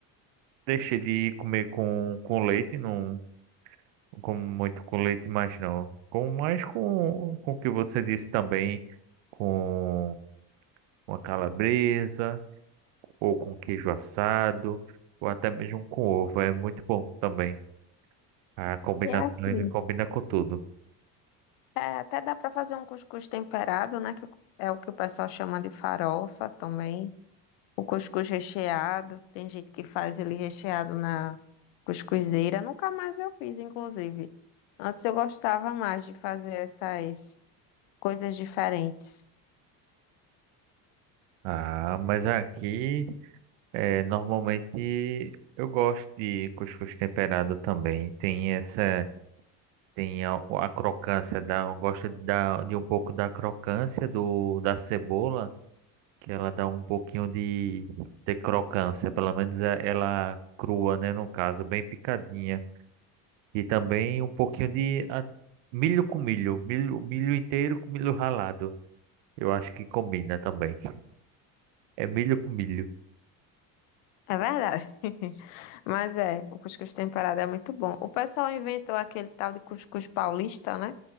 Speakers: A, on the right; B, on the left.
A: Deixei de comer com, com leite, não, não como muito com leite, mas não. Com, mais com, com o que você disse também, com uma calabresa, ou com queijo assado, ou até mesmo com ovo, é muito bom também. A combinação,
B: E assim,
A: ele combina com tudo.
B: é, até dá para fazer um cuscuz temperado, né? Que é o que o pessoal chama de farofa também. O cuscuz recheado, tem gente que faz ele recheado na cuscuzeira. Nunca mais eu fiz, inclusive. Antes eu gostava mais de fazer essas coisas diferentes.
A: Ah, mas aqui, é, normalmente, eu gosto de cuscuz temperado também. Tem essa Tem a, a crocância da, eu gosto da, de um pouco da crocância do, da cebola, que ela dá um pouquinho de, de crocância, pelo menos é- ela crua, né, no caso, bem picadinha. E também um pouquinho de ah, milho com milho, milho, milho inteiro com milho ralado. Eu acho que combina também. É milho com milho.
B: É verdade. <laughs> Mas é, o cuscuz temperado é muito bom. O pessoal inventou aquele tal de cuscuz paulista, né?